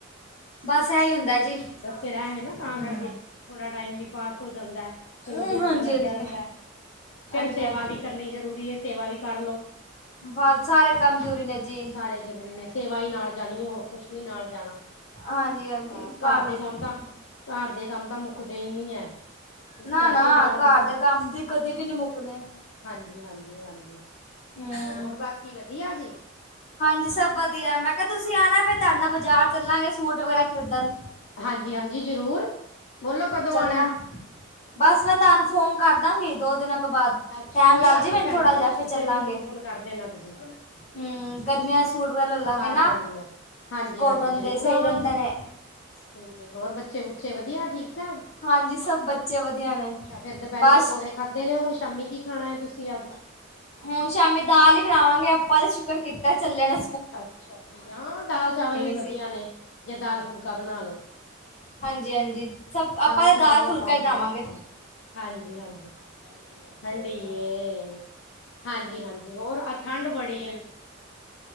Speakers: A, on the left; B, on the left.
A: ਬਸ ਇਹੀ ਹੁੰਦਾ ਜੀ।
B: ਫਿਰ ਐਵੇਂ, ਨਾ
A: ਹਮ
B: ਤਾਂ ਕਰਕੇ ਥੋੜਾ ਟਾਈਮ ਵੀ ਪਾਸ ਹੋ ਜਾਂਦਾ,
A: ਹਮ,
B: ਚਲੋ ਦਿਲ
A: ਹਾਂਜੀ
B: ਜਹਾ ਲੱਗਿਆ
A: ਹਾਂਜੀ
B: ਰਹਿੰਦਾ।
A: ਹਾਂਜੀ,
B: ਫੇਰ ਸੇਵਾ
A: ਹਾਂਜੀ।
B: ਵੀ ਕਰਨੀ ਜ਼ਰੂਰੀ ਹੈ। ਸੇਵਾ ਵੀ ਕਰਲੋ।
A: ਬਸ ਸਾਰੇ
B: ਸਾਰੇ
A: ਕੰਮ ਜ਼ਰੂਰੀ ਨੇ ਜੀ
B: ਜ਼ਰੂਰੀ ਨੇ। ਸੇਵਾ ਹੀ, ਨਾਲ ਜਾਣੀ ਹੈ, ਹੋਰ ਕੁੁਸ਼ ਨੀ ਨਾਲ ਜਾਣਾ।
A: ਹਾਂਜੀ ਹਾਂਜੀ
B: ਬਸ,
A: ਭਾਵੇਂ
B: ਘਰ ਦੇ ਕੰਮ ਤਾਂ ਘਰ ਦੇ, ਕੰਮ ਤਾਂ, ਮੁੱਕਦੇ ਹੀ ਨਹੀਂ ਹੈ। ਇਸ
A: ਨਾ-ਨਾ,
B: ਕਰਕੇ ਬਾਹਰ
A: ਘਰ
B: ਵੀ
A: ਦੇ ਕੰਮ ਦੇ ਕਦੇ ਵੀ, ਨਹੀਂ ਮੁੱਕਣੇ।
B: ਹਾਂਜੀ-ਹਾਂਜੀ, ਹਾਂਜੀ,
A: ਹਮ
B: ਹੋਰ ਬਾਕੀ ਵਧੀਆ ਜੀ।
A: ਹਾਂਜੀ, ਸਭ ਵਧੀਆ। ਮੈਂ ਕਿਹਾ, ਤੁਸੀਂ ਆ ਨਾ ਫੇਰ ਤੁਹਾਡੇ ਨਾਲ ਬਾਜ਼ਾਰ ਚੱਲਾਂਗੇ, ਸੂਟ ਵਗੈਰਾ ਖਰੀਦਣ।
B: ਹਾਂਜੀ-ਹਾਂਜੀ, ਜ਼ਰੂਰ, ਬੋਲੋ ਕਦੋਂ
A: ਚੱਲਣਾ
B: ਆਣਾ ਐ।
A: ਬਸ, ਮੈਂ ਤੁਹਾਨੂੰ ਫੋਨ ਕਰਦਾਂਗੀ। ਦੋ ਦਿਨਾਂ ਤੋਂ ਬਾਅਦ,
B: ਅੱਛਾ
A: ਟੈਮ
B: ਕੋਈ
A: ਲੱਗ
B: ਗੱਲ
A: ਜਾਵੇ,
B: ਨੀ
A: ਮੈਨੂੰ
B: ਭੈਣ
A: ਥੋੜਾ
B: ਜੀ
A: ਜਿਹਾ।
B: ਇੱਕ
A: ਫੇਰ ਚੱਲਾਂਗੇ।
B: ਅੱਧੇ ਦਿਨ ਨੂੰ ਫੋਨ ਕਰ ਦੇਣਾ ਤੁਸੀਂ
A: ਹੂੰ, ਗਰਮੀਆਂ
B: ਹਾਂ
A: ਦੇ ਸੂਟ ਵਗੈਰਾ ਲੱਲਾਂਗੇ
B: ਆ
A: ਨਾ।
B: ਜਾਗੀ ਮੈਂ ਹਾਂਜੀ
A: ਕੋਟਨ
B: ਹਾਂਜੀ ਜ਼ਰੂਰ
A: ਦੇ ਸਈ
B: ਆਵਾਂਗੀ
A: ਰੈਂਦੇ ਨੇ
B: <unintelligible> ਹੋਰ ਬੱਚੇ ਬੁੱਚੇ ਵਧੀਆ ਠੀਕ ਠਾਕ।
A: ਹਾਂਜੀ, ਸਭ ਬੱਚੇ ਵਧੀਆ ਨੇ
B: ਅੱਛਾ ਫੇਰ ਦੁਪਹਿਰੀ
A: ਬਸ
B: ਪਕੌੜੇ ਖਾਧੇ ਨੇ, ਹੁਣ ਸ਼ਾਮੀ ਕੀ ਖਾਣਾ ਹੈ, ਤੁਸੀਂ ਅੱਜ
A: ਹੁਣ ਸ਼ਾਮੀ ਦਾਲ ਹੀ ਬਣਾਵਾਂਗੇ, ਆਪਾਂ ਦਾ ਸ਼ੁਕਰ ਕੀਤਾ ਚੱਲਣਾ
B: ਅੱਛਾ ਠੀਕ ਆ ਹਾਂ, ਦਾਲ-ਚਾਵਲ ਵੀ
A: ਸੀ
B: ਵਧੀਆ ਨੇ ਜਾਂ ਦਾਲ-ਫੁਲਕਾ ਬਣਾ ਲੋ।
A: ਹਾਂਜੀ, ਹਾਂਜੀ, ਸਭ ਆਪਾਂ
B: ਦਾਲ
A: ਤਾਂ
B: ਚਾਵਲ
A: ਦਾਲ-ਫੁਲਕਾ
B: ਜਾਂ ਦਾਲ
A: ਹੀ ਬਣਾਵਾਂਗੇ।
B: ਫੁਲਕਾ ਹਾਂ ਹਾਂਜੀ, ਹਾਂਜੀ, ਠੰਡੀ ਏ ਹਾਂਜੀ, ਹਾਂਜੀ ਹੋਰ ਠੰਡ ਬੜੀ ਆ।